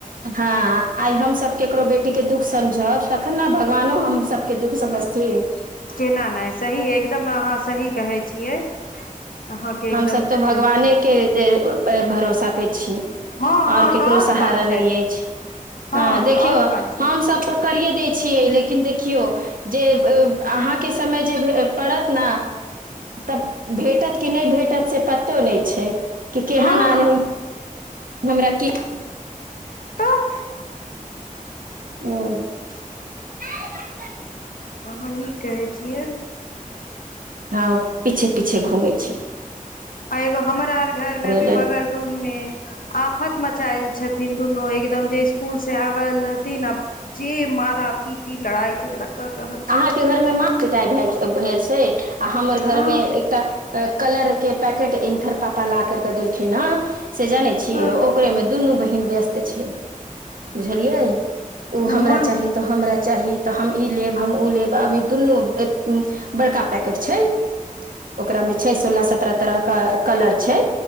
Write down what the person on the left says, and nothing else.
केना नै सही एगदम अहाँ सही कहै छियै। अहाँके एकदम
सही कहै छी
हँ
हँ
तऽ आओर
का छै
हँ
तऽ आओर का छै
हँ
तऽ
अहाँ नि कहै छियै।
आ एगो हमरा आर घर मे अभी
बगल रूम में आफत मचायल। छथिन दुनू एकदम जे स्कुल से आबल रहथिन आ जे मारा पीटी लड़ाइ झगड़ा। कर रहल छै
हँ
हँ
मन